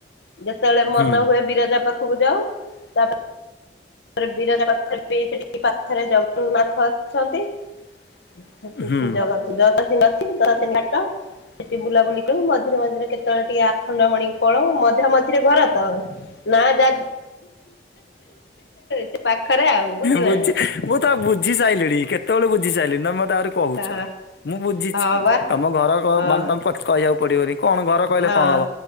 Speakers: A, on the left (about 80°); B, on the left (about 65°).
A: ଯେତବେଳେ ମନ
B: ହୁଁ।
A: ହୁଏ ବିରଜା ପାଖୁକୁ ବି ଯାଉ ତାପରେ ବିରଜା ପାଖରେ <unintelligible> ସେଠି ପାଖରେ ଜଗନ୍ନାଥ ଅଛନ୍ତି। <unintelligible>
B: ହୁଁ
A: ଜଗତି ନାଟ। ସେଠି ବୁଲାବୁଲି କରୁ ମଝିରେ ମଝିରେ କେତବେଳେ ଟିକେ ଆଖଣ୍ଡ ମଣି କି ପଳଉ ମଝା ମଝିରେ ଘର ତ। ନାଁଏ ଯା ସେ ପାଖରେ ଆଉ ବୁଝିଲେ
B: ବୁଝି
A: ନା।
B: ମୁଁ ତ ବୁଝି ସାଇଲିିଣି କେତବେଳେ ବୁଝି ବୁଝିସାଇଲିଣି ତମେ ମୋତେ ଆହୁରି କହୁଚ।
A: ହଁ
B: ମୁଁ ବୁଝିଚି।
A: ହଁ ବା
B: ତମ ଘର କଁ
A: ହଁ
B: ମାନେ ତମ ପତ୍ କହିବାକୁ ପଡିବନି। କଣ ଘର କହିଲେ
A: ହଁ
B: କଣ ହବ